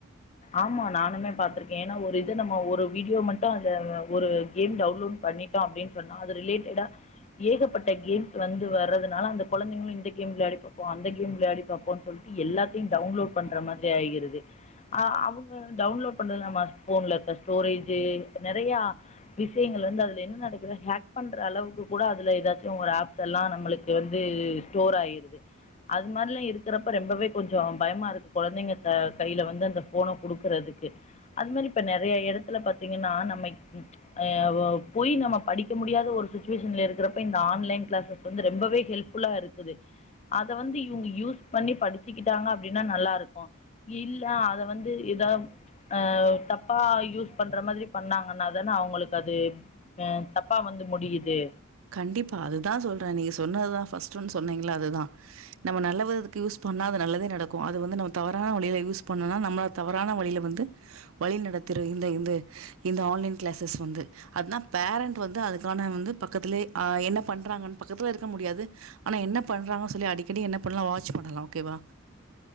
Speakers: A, on the left; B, on the right.
A: ஆமா நானுமே பாத்திருக்கேன் ஏன்னா ஒரு இது நம்ம ஒரு வீடியோ மட்டு அந்த ஒரு கேம் டவுன்லோட் பண்ணிட்டோ அப்டின் சொன்னா அது ரிலேட்டடா ஏகப்பட்ட கேம்ஸ் வந்து வர்றதுனால அந்த குழந்தைங்களு இந்த கேம் விளையாடி பாப்போ அந்த கேம் விளையாடி பாப்போம்னு சொல்ட்டு எல்லாத்தையு டவுன்லோட் பண்ற மாதிரி ஆகிருது அ அவுங்க டவுன்லோட் பண்ணுறல ம நம்ம ஃபோன்ல இருக்க ஸ்டோரேஜு நறையா விஷயங்கள் வந்து அதுல என்ன நடக்குது ஹேக் பண்ற அளவுக்கு கூட அதுல ஏதாச்சு ஒரு ஆப்ஸ்ல்லா நம்மளுக்கு வந்து ஸ்டோர் ஆகிர்து அது மாரிலா இருக்குறப்ப ரெம்பவே கொஞ்சோ பயமா இருக்கு கொழந்தைங்க ட கைல வந்து அந்த போன குடுக்குறதுக்கு அது மாரி இப்ப நறைய எடத்துல பாத்தீங்கன்னா நம்ம அ ஒ போய் நம்ம படிக்க முடியாத ஒரு சுட்டுவேஷன்ல இருக்குரப்ப இந்த ஆன்லைன் கிளாஸ் வந்து ரெம்பவே ஹெல்ப் ஃபுல்லா இருக்குது அத வந்து இவுங்க யூஸ் பண்ணி படிச்சிகிட்டாங்க அப்படின்னா நல்லாருக்கு இல்ல அத வ வந்து எதா ஆஹ் தப்பா யூஸ் பண்ற மாதிரி பண்ணாங்கன்னாாதான அவுங்களுக்கு அது அ தப்பா வந்து முடியுது
B: கண்டிப்பா அதுதா சொல்ற நீங்க சொன்னதுதா ஃபஸ்ட் ஒன் சொன்னீங்கல்ல அதுதான் நம்ம நல்லவிதுக்கு யூஸ் பண்ணா அது நல்லதே நடக்கு அது வந்து நம்ம தவறான வழியில யூஸ் பண்ணனா நம்ம தவறான வழில வந்து வழி நடத்திரு இந்து இந்த இந்த ஆன்லைன் கிளாஸஸ் வந்து அதுனா பேரண்ட் வந்து அதுக்கான வந்து பக் பக்கத்துலே ஆ என்ன பண்றாங்கன்னு பக்கத்துல இருக்க முடியாது ஆனா என்ன பண்றாங்க சொல்லி அடிக்கடி என்ன பண்ணலா வாட்ச் பண்ணலா ஓகேவா